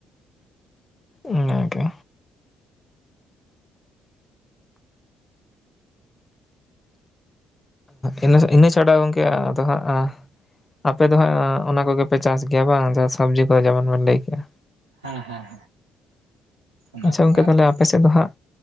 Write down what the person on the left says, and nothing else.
ᱚᱱᱟᱜᱮ, ᱤᱱᱟᱹ ᱤᱱᱟᱹ ᱪᱷᱟᱰᱟ ᱜᱚᱝᱠᱮ ᱟᱫᱚ ᱦᱟᱸᱜ, ᱟᱯᱮ ᱫᱚ ᱦᱟᱸᱜ, ᱚᱱᱟ ᱠᱚᱜᱮᱯᱮ ᱪᱟᱥ ᱜᱮᱭᱟ ᱵᱟᱝ ᱥᱚᱵᱽᱡᱤ ᱠᱚ ᱡᱮᱢᱚᱱ ᱵᱮᱱ ᱞᱟᱹᱭ ᱠᱮᱭᱟ,
ᱟᱪᱪᱷᱟ
ᱜᱚᱝᱠᱮ ᱛᱟᱦᱚᱞᱮ
ᱟᱯᱮ ᱥᱮᱫ ᱫᱚ ᱦᱟᱸᱜ?